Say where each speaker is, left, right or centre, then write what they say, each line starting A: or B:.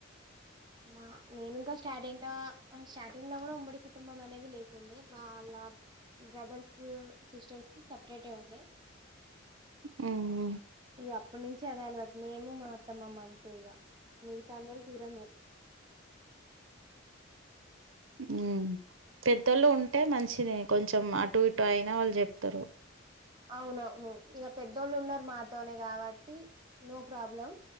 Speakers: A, on the right; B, on the right.
A: మా నేను ఇంకా స్టార్టింగ్ లా హా స్టార్టింగ్ లో కూడా ఉమ్మడి కుటుంబం అనేది లేకుండే వాళ్ళ బ్రదర్స్ సిస్టర్స్ సపరేట్ ఉన్నే
B: ఉ ఉ
A: ఇగ అప్పడు నుంచి అదే అలవాటు మేము మా అత్త మామ అంతే ఇగ మిగతా అందరు దూరమే
B: ఊ పెద్దోళ్ళు ఉంటే మంచిదే కొంచెం అటు ఇటు అయినా వాళ్ళు చెప్తారు
A: అవునవును ఇక పెద్దోళ్ళు ఉన్నారు మాతోనే కాబట్టి నో ప్రాబ్లం